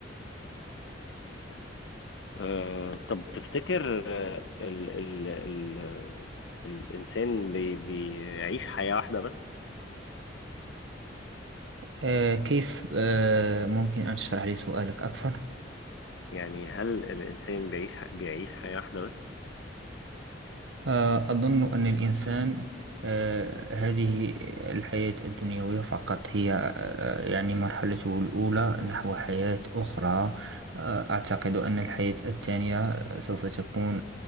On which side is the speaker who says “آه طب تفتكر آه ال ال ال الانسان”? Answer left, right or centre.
Left